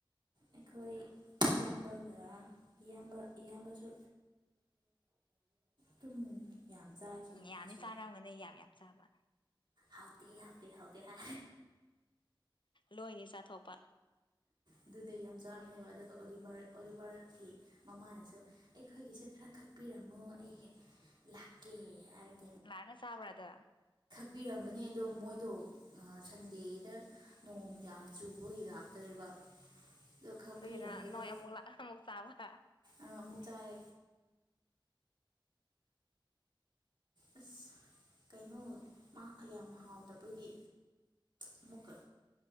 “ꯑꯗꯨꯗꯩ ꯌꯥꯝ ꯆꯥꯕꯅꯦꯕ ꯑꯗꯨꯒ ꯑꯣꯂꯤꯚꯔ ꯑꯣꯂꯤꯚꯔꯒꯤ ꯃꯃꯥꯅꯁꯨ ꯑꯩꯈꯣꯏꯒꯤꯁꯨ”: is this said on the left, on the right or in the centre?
Right